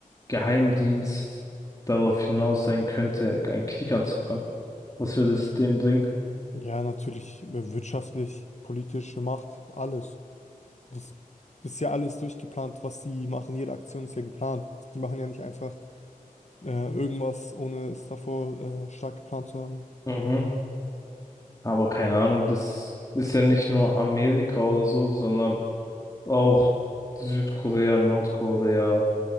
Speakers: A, on the left (about 20°); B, on the left (about 50°).
A: Geheimdienst darauf hinaus sein könnte, einen Krieg anzufangen. Was würde es denen bringen?
B: Ja, natürlich äh, wirtschaftlich, politische Macht, alles. Das ist ja alles durchgeplant, was sie machen. Jede Aktion ist ja geplant. Die machen ja nicht einfach äh, irgendwas, ohne es davor äh, stark geplant zu haben.
A: Mhm. Aber keine Ahnung, das ist ja nicht nur Amerika oder so, sondern auch Südkorea, Nordkorea,